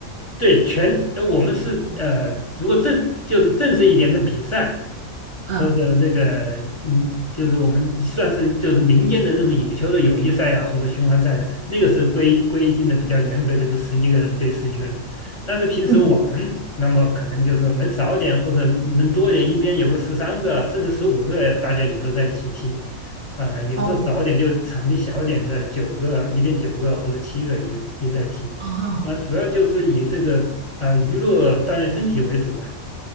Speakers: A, on the left; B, on the right.
A: 对，全，呃我们是呃，如果正就是正式一点的比赛和的这个，
B: 嗯
A: 嗯，就是我们算是就是民间的那种野球的友谊赛啊，或者循环赛的，那个是规规定的比较严格，就是十一个人对十一个人。但是平时玩，
B: 嗯，
A: 那么可能就是能少点或者能多点，一边有个十三个甚至十五个，大家也都在一起踢。呃，有时候少点，
B: 哦
A: 就是场地小点的九个，一边九个或者七个也也在踢。
B: 哦。
A: 呃，主要就是以这个呃娱乐锻炼身体为主吧。